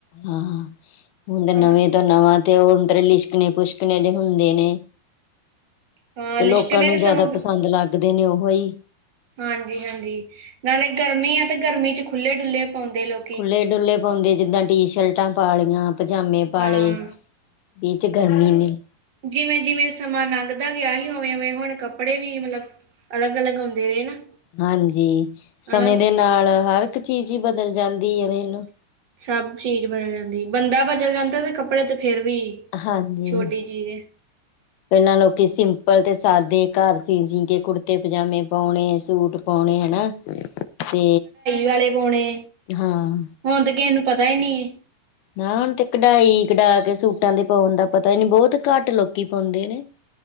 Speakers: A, on the left; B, on the right.
A: ਹਾਂ, ਹੁਣ ਤੇ ਨਵੇਂ
B: ਹਨਾ
A: ਤੋਂ ਨਵਾਂ, ਤੇ ਹੁਣ ਤਰੇ ਲਿਸ਼ਕਣੇ, ਪੁਸ਼ਕਣੇ ਜੇ ਹੁੰਦੇ ਨੇ।
B: ਹਾਂ
A: ਤੇ,
B: ਲਿਸ਼ਕਣੇ
A: ਲੋਕਾਂ ਨੂੰ
B: ਦੇ
A: ਜਿਆਦਾ
B: ਸਗੋਂ
A: ਪਸੰਦ ਲੱਗਦੇ ਨੇ ਉਹ ਹੀ
B: ਹਾਂਜੀ-ਹਾਂਜੀ, ਨਾਲੇ ਗਰਮੀ ਆ ਤੇ ਗਰਮੀ'ਚ ਖੁੱਲੇ-ਡੁੱਲੇ ਪਾਉਂਦੇ ਲੋਕ
A: ਖੁੱਲੇ-ਡੁੱਲੇ ਪਾਉਂਦੇ ਜਿੱਦਾਂ ਟੀ-ਸ਼ਰਟਾਂ ਪਾ ਲ੍ਹੀਆਂ ਪਜਾਮੇ ਪਾਲੇ,
B: ਹਾਂ
A: ਇਹ'ਚ ਗਰਮੀ ਨੀ
B: ਜਿਵੇਂ, ਜਿਵੇਂ ਸਮਾਂ ਲੰਘਦਾ ਗਿਆ ਹੀ, ਉਵੇਂ ਓਂਵੇਂ ਹੁਣ ਕੱਪੜੇ ਵੀ ਮਤਲਬ ਅਲੱਗ-ਅਲੱਗ ਆਉਂਦੇ ਨੇ, ਨਾ।
A: ਹਾਂਜੀ, ਸਮੇਂ
B: ਹਨਾ
A: ਦੇ ਨਾਲ ਹਰ ਇੱਕ ਚੀਜ਼ ਹੀ ਬਦਲ ਜਾਂਦੀ ਹੈ, ਵੇਖਲੋ।
B: ਸਭ ਚੀਜ਼ ਬਦਲ ਜਾਂਦੀ, ਬੰਦਾ ਬਦਲ ਜਾਂਦਾ ਤੇ ਕੱਪੜੇ ਤੇ ਫੇਰ ਵੀ
A: ਹਾਂਜੀ
B: ਛੋਟੀ ਚੀਜ਼ ਏ।
A: ਪਹਿਲਾਂ ਲੋਕੀ ਸਿੰਪਲ ਤੇ ਸਾਦੇ ਘਰ ਸੀ, ਸੀਂਕੇ ਕੁੜਤੇ-ਪਜਾਮੇ ਪਾਉਣੇ, ਸੂਟ ਪਾਉਣੇ, ਹਨਾ ਤੇ
B: ਨਾਲੇ ਪਾਉਣੇ
A: ਹਾਂ।
B: ਹੁਣ ਤੇ, ਕਿਸ ਇਹਨੂੰ ਪਤਾ ਨਹੀਂ।
A: ਨਾ ਹੁਣ ਤੇ ਕਢਾਈ ਕਢਾਕੇ ਸੂਟਾਂ ਦੇ ਪਾਉਣ ਦਾ ਪਤਾ ਹੀ ਨੀ, ਬਹੁਤ ਘੱਟ ਲੋਕੀ ਪਾਉਂਦੇ ਨੇ। <inaudible>